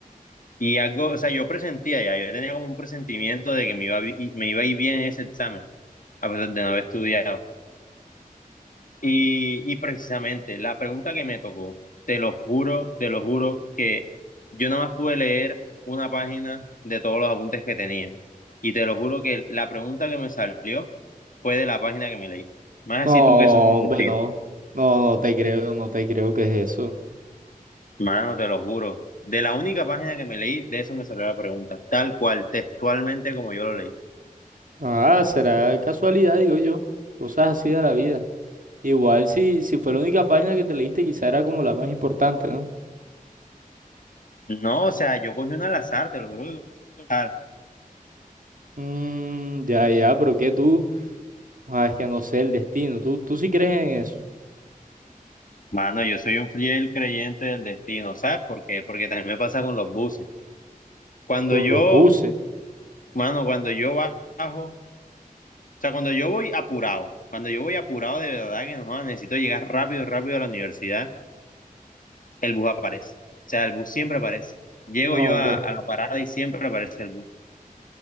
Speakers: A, on the left; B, on the right.
A: Y algo, o sea, yo presentía ya, yo tenía como un presentimiento de que me iba, a vi- me iba a ir bien en ese examen, a pesar de no haber estudiado. Y, y precisamente la pregunta que me tocó, te lo juro, te lo juro, que yo nada más pude leer una página de todos los apuntes que tenía. Y te lo juro que la pregunta que me salió fue de la página que me leí. Más así
B: No,
A: tú que sabes decir,
B: hombre, no. No, no te creo, no te creo que es eso.
A: mano, te lo juro. De la única página que me leí, de eso me salió la pregunta, tal cual, textualmente como yo lo leí.
B: Ah, será casualidad, digo yo. Cosas así de la vida. Igual si, si fue la única página que te leíste, quizá era como la más importante, ¿no?
A: No, o sea, yo cogí una al azar, te lo juro. que cogí una al azar.
B: Mmm, ya, ya, pero ¿qué tú? Ah, es que no sé el destino. ¿Tú, tú sí crees en eso?
A: Mano, yo soy un fiel creyente del destino, ¿sabes por qué? Porque también me pasa con los buses. Cuando
B: Con
A: yo,
B: lo puse.
A: mano, cuando yo bajo, o sea, cuando yo voy apurado, cuando yo voy apurado de verdad que no, joda, necesito llegar rápido, rápido a la universidad, el bus aparece. O sea, el bus siempre aparece. Llego
B: No,
A: yo
B: hombre.
A: a, a la parada y siempre aparece el bus.